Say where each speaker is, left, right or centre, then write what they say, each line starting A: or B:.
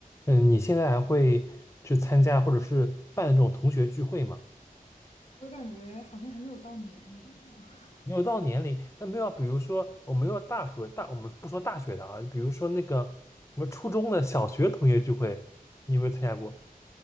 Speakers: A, on the left; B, on the left.
A: 嗯，你现在还会去参加或者是办这种同学聚会吗？
B: 我感觉好像还没有到年龄一样，<laughs>
A: 没有到年龄，那没有，比如说我们要大学大，我们不说大学的啊，比如说那个我们初中的、小学同学聚会，你有没有参加过？